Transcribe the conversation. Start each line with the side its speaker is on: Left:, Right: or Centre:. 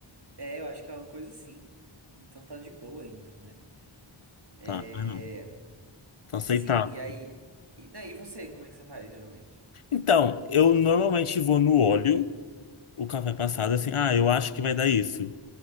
Right: É, eu acho que é uma coisa sim. Então tá de boa ainda, né? É,
Left: Tá, ah, não. Tá aceitável.
Right: sim, e aí... E, não, e você, como é que você faz, geralmente?
Left: Então, eu normalmente vou no óleo, o café passado, assim, ah, eu acho que vai dar isso.